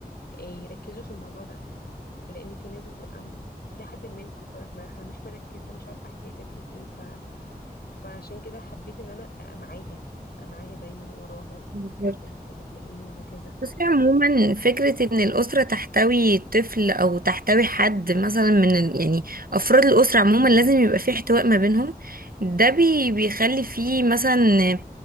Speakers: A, on the left; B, on the right.
A: آه، يركزوا في الموضوع ده لان في ناس بتبقى م- لحد ما مكبرة دماغها مش مركزة مش عارفة احتياجاتهم ايه ف... فعشان كده حبيت ان انا ابقى معاها ابقى معاها دايما وراها
B: ايوه
A: واحتاجت حاجة تلاقيني وهكذا
B: بصي عموما فكرة ان الأسرة تحتوي طفل او تحتوي حد مثلا من ال... يعني افراد الأسرة عموما لازم يبقى في احتواء ما بينهم ده بي... بيخلي فيه مثلا